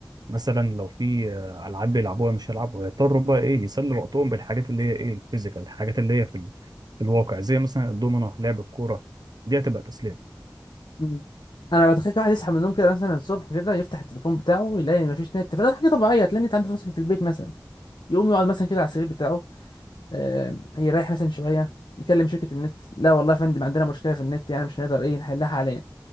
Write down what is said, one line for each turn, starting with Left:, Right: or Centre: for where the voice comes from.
Right: مثلا لو في آه، ألعاب بيلعبوها مش هيلعبوها هيضطروا بقى إيه يسلوا وقتهم بالحاجات اللي هي إيه الفيزيكال الحاجات اللي هي في ال- في الواقع زي مثلا الدومينو لعب الكورة دي هتبقى تسلية
Left: مم. انا بتخيل كده واحد يصحى من النوم كده مثلا الصبح كده يفتح التليفون بتاعه يلاقي مفيش نت فده حاجه طبيعيه تلاقي النت عنده فاصل في البيت مثلا يقوم يقعد مثلا كده على السرير بتاعه آه، يريح مثلا شويه يكلم شركه النت لا والله يا فندم عندنا مشكله في النت يعني مش هنقدر ايه نحلها حاليا